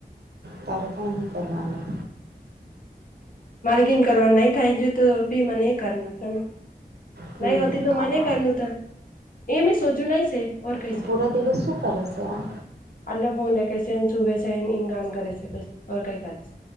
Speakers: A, on the right; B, on the left.
A: તારકા ન કરવાના.
B: માર્કિંગ કરવાનું નહી થાય જોય તો બીમાને એ કરનું છે.
A: હમ
B: નહી હોતી તો
A: હા
B: મને કરનું ત એ મેં સોચ્યું નહી છે. ઓર કૈ
A: તો
B: છે
A: પૂરા દિવસ શું કરે છે આ
B: અલે ફોન એક કેન સુે સન ન કામ કરે છે બસ કઈ કરે છે.